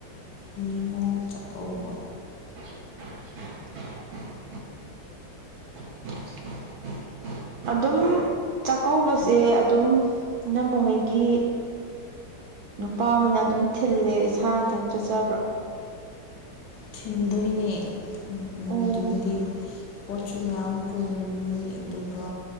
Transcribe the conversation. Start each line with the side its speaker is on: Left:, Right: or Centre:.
Left: ꯅꯤꯡꯉꯣꯜ ꯆꯥꯛꯀꯧꯕ
Right: <inaudible> <unintelligible> <unintelligible> ꯑꯗꯨꯝ ꯆꯥꯛꯀꯧꯕꯁꯦ ꯑꯗꯨꯝ ꯏꯝ ꯃꯈꯣꯏꯒꯤ ꯅꯨꯄꯥꯍꯣꯏꯅ ꯑꯗꯨꯝ ꯊꯤꯜꯂꯦ ꯏꯁꯥꯅ ꯑꯗꯨꯝ ꯆꯠꯆꯕ꯭ꯔꯥ
Left: ꯊꯤꯟꯗꯣꯏꯅꯦ ꯅꯨꯃꯤꯠꯇꯨꯒꯤꯗꯤ
Right: ꯑꯣ
Left: ꯄꯣꯠꯁꯨ ꯃꯌꯥꯝ ꯄꯨꯔꯅꯤ ꯑꯗꯨꯒ